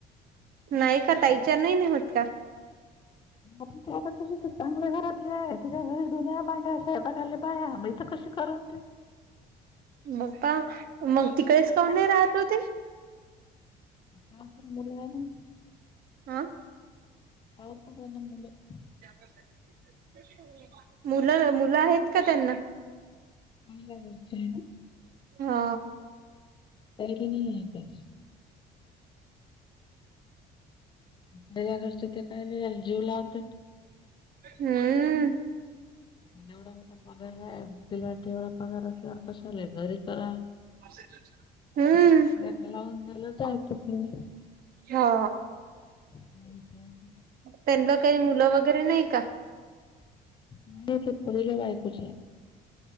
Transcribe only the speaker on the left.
मग त्या आता तरी चांगल्या घरातली आहे. तिच्या घरी धुण्या, भांड्या, स्वयंपाकाला बाया, मग इथ कशी करण ते.
अशे
<unintelligible> मुलं आहे ना.
अर कु नम मुलं
<unintelligible> आहे ना?
ती नाही आहे काही आपल्या घरचें ते काय एल जीव लावतात
म्हेड गोट पगार आहे आहे म तटड पगार अस कस झाले घरी करा
त्या ला न द्यालाचय तरी
च
नाही ते पढल बायकूच्या